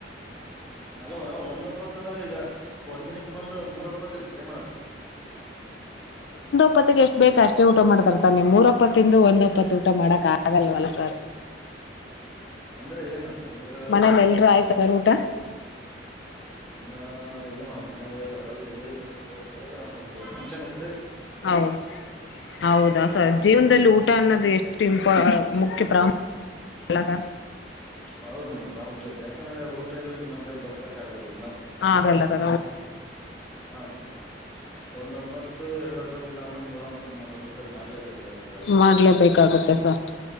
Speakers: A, in the centre; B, on the left.
A: ಅಲ್ಲ ಮೇಡಮ್ <inaudible> ಈಗ ಒಂದ್ನಕ್ಕೆ ಬಂದು ಮೂರ ಒಪ್ಪತ್ತ ಇರ್ತ್ರಿ ಮೇಡಮ್
B: ಇಪ್ಪತ್ತಿಗೆ ಎಷ್ಟು ಬೇಕ ಅಷ್ಟೇ ಊಟ ಮಾಡ್ತರ್ತಾನೆ ಮೂರಪ್ಪತ್ತು ತಿಂದು ಒಂದ್ಪ್ಪತ್ತು ಊಟ ಮಾಡಕ್ ಆಗಲ್ವಲ್ಲ ಸರ್
A: ಅಂದ್ರೆ ಏನಂತರಿ ನೀವ್ ಹೇಳದ
B: ಮನೇಲಿ
A: ಮೇಡಮ್
B: ಎಲ್ರೂ ಆಯ್ತ ಸರ್ ಊಟ ಟ
A: ಇಮ್ಮ ಇಲ್ಲ ಮೇಡಮ್ ಮನೆಗೆ ಹೋೋಗಲ್ಲಿ ಹೊರಗಿದ್ವಿ ಇಲ್ಲಿ ಸ್ವಲ್ ಬೇರೆ ಕಡೆ ಒಂದ್ ಸ್ವಲ್ಪ ಫಕ್ಷನ್ ಇ
B: ಹೌ ಹೌದ ಸ
A: ಹ
B: ಜೀವನದಲ್ಲಿ ಊಟ ಅನ್ನೋದು ಎಷ್ಟು ಇಂಪ ಮುಖ್ಯ ಪ್ರಾಮುಖ ಎಲ ಸ
A: ಹೌದ ಮೇಡಮ್ ಪ್ರಾಮುಖ್ಯತೆ ಯಾಕಂದ್ರೆ ಊಟ ಇಲ್ಲದು ಮನುಷ್ಯ ಬದುಕಕ್ಗಲ್ವ
B: ಹಗಲ್ಲ ಸರ
A: ಹ ಒಂದೊಪ್ಪತ್ತು ಎರಡು ಒಪ್ಪತ್ತು ಇಲ್ಲ ಅಂದ್ರೆ ಮೂರಪ್ಪತ್ ಕಂಪಲ್ಸರಿ ಮಾಡ್ಲೇಬೇಕು ಲ್ಲ ಮೇಡ
B: ಮಾಡ್ಲೇಬೇಕಾಗುತ್ತೆ ಸರ್